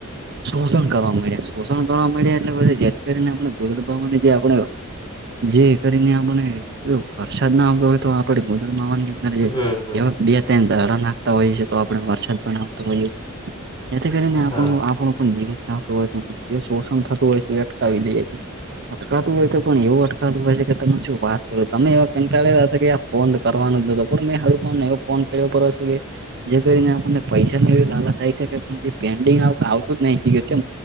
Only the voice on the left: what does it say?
હમ હમ
હા